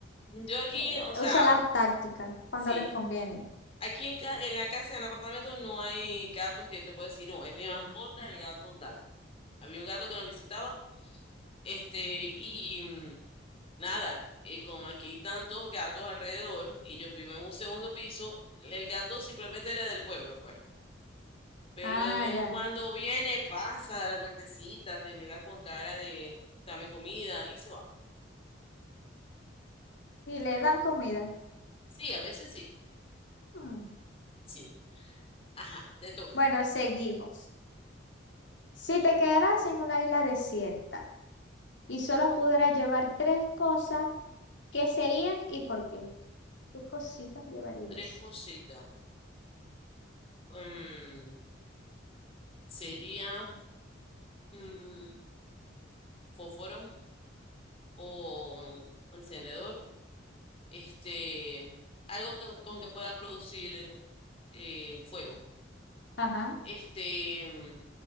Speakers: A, on the left (about 30°); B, on the left (about 65°).
A: Yo aquí,
B: Eh,
A: o sea,
B: usa las tácticas cuando
A: sí.
B: les conviene.
A: Aquí en, ca- en la casa, en el apartamento, no hay gatos que yo te pueda decir, no, es mi mascota, el gato tal. Había un gato que nos visitaba, este, y, Nada, y como aquí hay tantos gatos alrededor y yo vivo en un segundo piso, el gato simplemente era del pueblo, pues. Pero
B: Ah,
A: de vez en
B: ya.
A: cuando viene, pasa, da la vueltecita, te mira con cara de dame comida y se va.
B: Y le dan comida.
A: Sí, a veces sí.
B: Hmm.
A: Sí. Ajá, te toca.
B: Bueno, seguimos. Si te quedaras en una isla desierta. y solo pudieras llevar tres cosas, ¿qué serían y por qué? ¿Qué cositas llevarías?
A: Tres cositas. Mm, sería mm, fósforo o encendedor. Este, algo que- con que pueda producir eh, fuego.
B: Ajá.
A: este, mm,